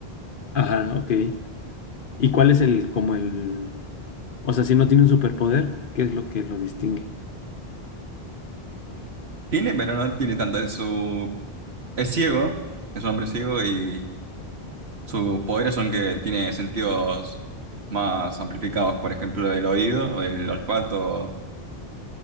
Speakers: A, on the left; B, on the right.
A: Ajá, ok. ¿Y cuál es el, como el, o sea, si no tiene un superpoder, ¿qué es lo que lo distingue?
B: Tiene, pero no tiene tanto de su. Es ciego, es un hombre ciego y sus poderes son que tiene sentidos más amplificados, por ejemplo, el oído, el olfato